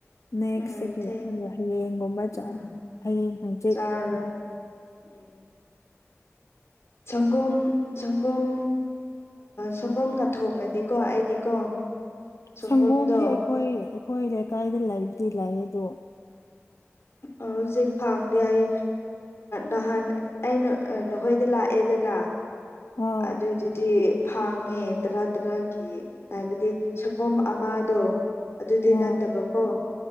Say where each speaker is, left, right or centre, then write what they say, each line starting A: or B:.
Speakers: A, on the left (about 85°); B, on the left (about 60°).
A: ꯅꯦꯛꯁꯁꯤꯒꯤ
B: ꯎꯝ ꯊꯦꯡ
A: ꯍꯌꯦꯡꯒꯨꯝꯕ ꯆ
B: ꯎꯝ
A: ꯍꯌꯦꯡ ꯍꯪꯆ
B: ꯆꯥꯔꯣꯏ ꯎꯝ ꯁꯪꯒꯣꯝ ꯁꯪꯒꯣꯝ ꯁꯪꯒꯣꯝꯒ ꯊꯣꯡꯉꯗꯤꯀꯣ ꯑꯩꯗꯤꯀꯣ ꯁꯪꯒꯣꯝꯗꯣ
A: ꯁꯪꯒꯣꯝꯗꯤ ꯑꯩꯈꯣꯏ ꯑꯩꯈꯣꯏ ꯂꯩꯀꯥꯏꯗ ꯂꯩꯕꯨꯗꯤ ꯂꯥꯛꯑ ꯑꯗꯣ
B: ꯑ ꯍꯧꯖꯤꯛ ꯐꯪꯗꯦ ꯑꯩ ꯅꯍꯥꯟ ꯑꯩꯅ ꯅꯈꯣꯏꯗ ꯂꯥꯛꯑꯦꯗꯅ
A: ꯑꯥ
B: ꯑꯗꯨꯗꯨꯗꯤ ꯐꯪꯉꯦ ꯇꯔꯥ ꯇꯔꯥꯒꯤ ꯍꯥꯏꯕꯗꯤ ꯁꯪꯒꯣꯝ ꯑꯃꯗꯣ ꯑꯗꯨꯗꯤ
A: ꯑꯥ
B: ꯅꯠꯇꯕꯀꯣ